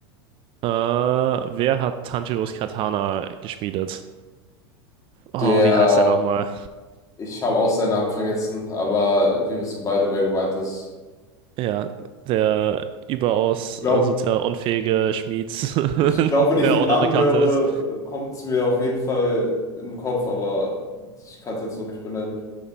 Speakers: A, on the right; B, on the left.
A: Äh, wer hat Tanjiros Katana geschmiedet? Oh,
B: Der,
A: wie heißt der nochmal?
B: ich habe auch seinen Namen vergessen, aber wir wissen beide, wer gemeint ist.
A: Ja, der überaus
B: Glaub,
A: äh, sozial unfähige Schmied, <laughs>
B: Ich glaube, wenn
A: der
B: ich den
A: auch
B: Namen
A: noch eine Kante
B: höre,
A: ist.
B: kommt es mir auf jeden Fall in den Kopf, aber ich kann es jetzt so nicht benennen.